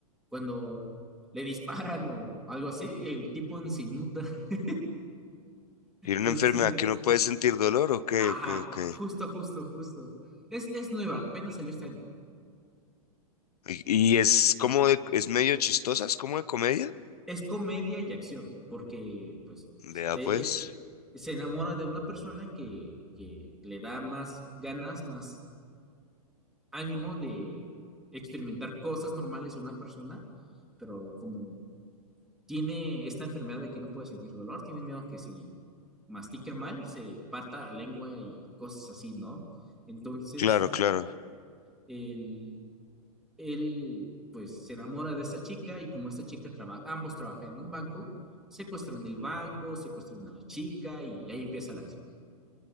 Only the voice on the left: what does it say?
Tiene una
enfermedad que no puede sentir dolor, ok,
ok, ok.
Y, y es como de, es medio chistosa, es como de comedia.
Vea
pues.
Claro, claro.